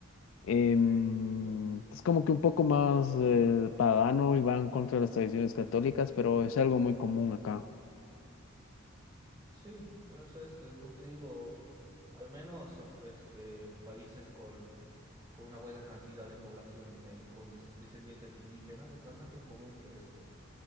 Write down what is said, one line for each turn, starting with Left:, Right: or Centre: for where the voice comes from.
Left: Em, es como que un poco más eh, pagano y van contra las tradiciones católicas, pero es algo muy común acá.
Right: Sí, es este, como te digo, al menos en este, países con, con una buena cantidad de población eh, con des- descendientes de indígenas, es bastante común que este,